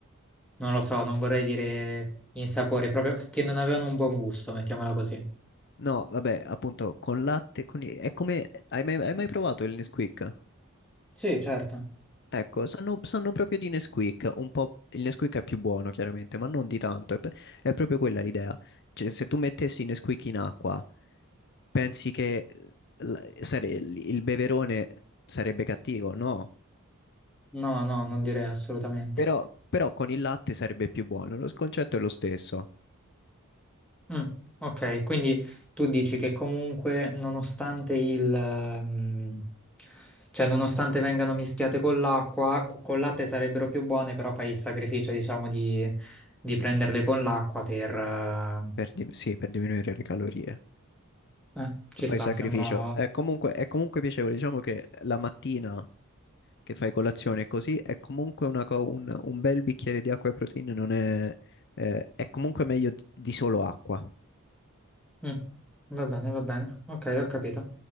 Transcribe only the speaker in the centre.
non lo so, non vorrei dire insapore, proprio che non avevano un buon gusto, mettiamola così.
Sì, certo.
No, no, non direi assolutamente.
Mm, ok, quindi tu dici che comunque nonostante il, ehm, cioè nonostante vengano mischiate con l'acqua, co- colate sarebbero più buone, però fai il sacrificio, diciamo, di, di prenderle con l'acqua per... eh,
eh, ci
sta,
sembra...
Mm, va bene, va bene, ok, ho capito.